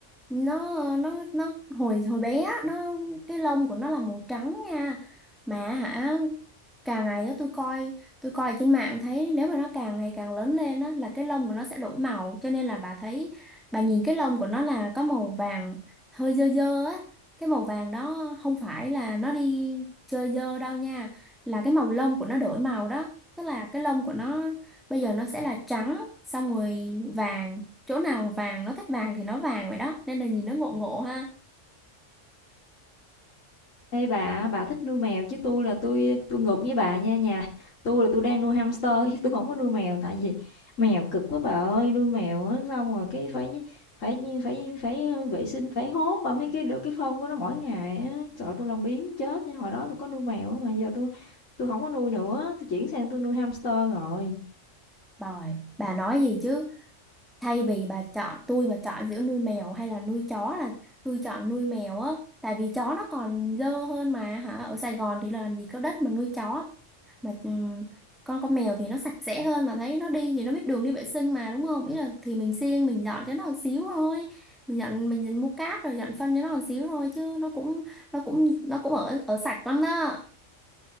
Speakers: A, in the centre; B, on the left.
A: Nó nó nó hồi hồi bé á, nó cái lông của nó là màu trắng nha. Mà hả càng ngày á tôi coi tôi coi trên mạng thấy nếu mà nó càng ngày càng lớn lên á là cái lông của nó sẽ đổi màu cho nên là bà thấy bà nhìn cái lông của nó là có màu vàng hơi dơ dơ á. Cái màu vàng đó không phải là nó đi chơi dơ đâu nha, là cái màu lông của nó đổi màu đó. Tức là cái lông của nó bây giờ nó sẽ là trắng xong rồi vàng chỗ nào vàng nó thích vàng thì nó vàng vậy đó nên là nhìn nó ngộ ngộ ha
B: Ê bà, bà thích nuôi mèo chứ tôi là tôi tôi ngược với bà nha nhà. Tôi là tôi đang nuôi hamster <laughs> chứ tôi không có nuôi mèo tại vì mèo cực quá bà ơi, nuôi mèo á xong rồi cái phải phải phải phải vệ sinh, phải hốt bà mấy cái được cái phân của nó mỗi ngày á. Trời ơi, tôi làm biếng chết nha. Hồi đó tôi có nuôi mèo á mà giờ tôi tôi không có nuôi nữa, tôi chuyển sang tôi nuôi hamster rồi.
A: rồi bà nói gì chứ thay vì bà chọn tôi mà chọn giữa nuôi mèo hay là nuôi chó là tôi chọn nuôi mèo á tại vì chó nó còn dơ hơn mà hả ở Sài Gòn thì làm gì có đất mà nuôi chó mà ừm, con con mèo thì nó sạch sẽ hơn mà thấy nó đi thì nó biết đường đi vệ sinh mà đúng không ý là thì mình siêng mình dọn cho nó một xíu thôi mình dọn mình mua cát rồi dọn phân cho nó một xíu thôi chứ nó cũng nó cũng nó cũng ở ở sạch lắm đó